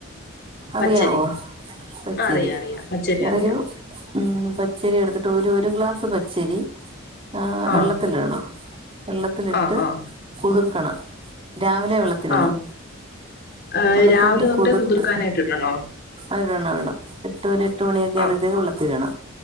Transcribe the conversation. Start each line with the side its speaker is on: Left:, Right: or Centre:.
Right: അറിയാവോ
Left: പച്ചരി
Right: പച്ചരി.
Left: ആ അറിയാം അറിയാം പച്ചരി അറിയാം
Right: ഒരു ഉം പച്ചരി എടുത്തിട്ട് ഒരു ഒരു ഗ്ലാസ് പച്ചരി ആഹ്
Left: ആ
Right: വെള്ളത്തിലിടണം. വെള്ളത്തിലിട്ട്
Left: ആ ആ
Right: കുതിർക്കണം. രാവിലെ വെള്ളത്തിടണം.
Left: ആ ഏ,
Right: വെള്ളത്തിട്ട്
Left: രാവിലെ തൊട്ടേ
Right: കുതിർത്ത്
Left: കുതിർക്കാനായിട്ട് ഇടണോ
Right: അഹ്ടണം. എട്ട് ഒരു എട്ട് മണിയൊക്കെ
Left: ആ
Right: ആവുമ്പോഴത്തേക്ക് വെള്ളത്തിടണം.